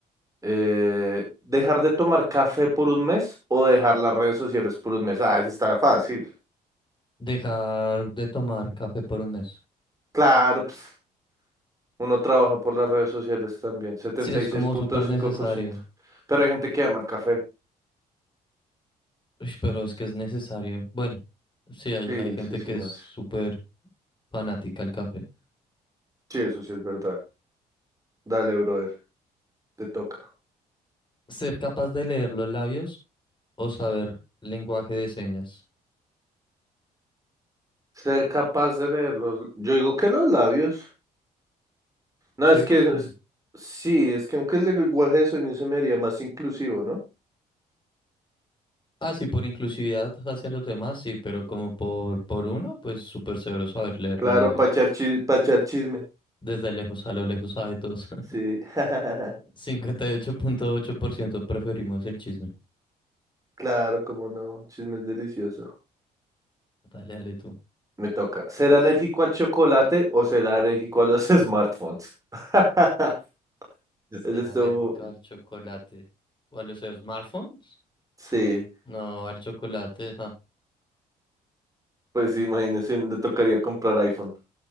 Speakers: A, on the right; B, on the left.
A: Eh, ¿dejar de tomar café por un mes o dejar las redes sociales por un mes? Ah, eso está fácil.
B: Dejar de tomar café por un mes.
A: Claro, pues, uno trabaja por las redes sociales también, setenta
B: Sí, es
A: y seis
B: como
A: punto
B: súper
A: cinco
B: necesario.
A: por ciento Pero hay gente que ama el café.
B: Uy, pero es que es necesario. Bueno, sí, hay,
A: Sí,
B: hay gente
A: sí, sí,
B: que es
A: no
B: súper
A: sé.
B: fanática al café.
A: Sí, eso sí es verdad. Dale, brother, te toca.
B: Ser capaz de leer los labios o saber lenguaje de señas,
A: Ser capaz de leer los... Yo digo que los labios. No,
B: ¿cierto?
A: es que...
B: Es como-
A: es- Sí, es que aunque el lenguaje de sueño se me haría más inclusivo, ¿no?
B: Ah, sí, por inclusividad hacia los demás, sí, pero como por, por uno, pues súper severo saber leer
A: Claro,
B: los labios.
A: para pachar, pachar chisme.
B: Desde lejos a lo lejos sabe todos. <laughs>
A: Sí, <laughs>
B: cincuenta y ocho punto ocho por ciento preferimos el chisme.
A: claro, cómo no, chisme es delicioso.
B: Dale, dale tú.
A: Me toca. ¿Ser alérgico al chocolate o ser alérgico a los <laughs> smartphones? <laughs>
B: Ser
A: Es esto.
B: alérgico al chocolate o a los smartphones.
A: Sí.
B: No, al chocolate, ja.
A: Pues sí, imagínese, le tocaría comprar iPhone.